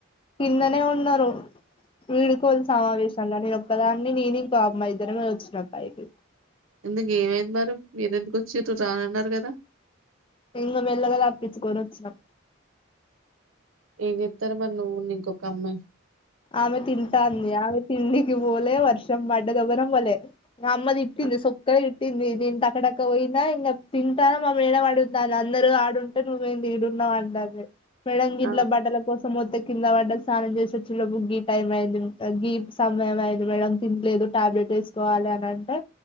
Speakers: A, on the left; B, on the right.
A: కిందనే ఉన్నారు వీడుకోలు సమావేశంగా నేను ఒక్కదాన్ని నేను ఇంకో అమ్మాయి ఇద్దరమే వచ్చినం పైకి
B: ఎందుకు ఏమైంది మరి మీరెందుకు వచ్చిరు రానన్నారు గదా
A: ఇంగ మెల్లగా తప్పించుకొని వచ్చినాం
B: ఏం జెత్తారు మరి నువ్వు ఇంకొక అమ్మాయి
A: ఆమె తింటాంది ఆమె తిండికి బోలే వర్షం బడ్డది ఎవర్రం బోలే మా అమ్మ దిట్టింది
B: ఆ
A: సొక్కా ది తిట్టింది నేను టకటక బోయినా ఇంగా తింటాన మా మేడం అడుగుతాంది అందరూ ఆడుం టే నువ్వేంది ఈడున్నావ్ అంటోంది మేడం గిట్ల
B: ఆ
A: బట్టల కోసం వత్తె కింద బడ్డ స్నానం జేసి వచ్చెలోపు గీ టైమ్ అయింది గీ సమయం అయింది మేడం తినలేదు టాబ్లెట్ ఏసుకోవాలి అని అంటే